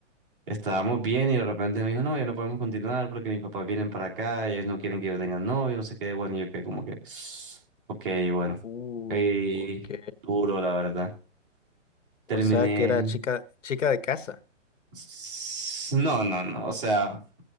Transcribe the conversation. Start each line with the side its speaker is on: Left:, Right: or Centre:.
Right: estábamos bien y de repente me dijo, no, ya no podemos continuar porque mis papás vienen para acá, y ellos no quieren que yo tenga novio, no sé qué, bueno, y yo quedé como que, <sniffs> <sighs> ok, bueno,
Left: Uh,
Right: y
Left: ok.
Right: duro la verdad. Terminé,
Left: O sea que era chica, chica de casa.
Right: s- no, no, no, o sea...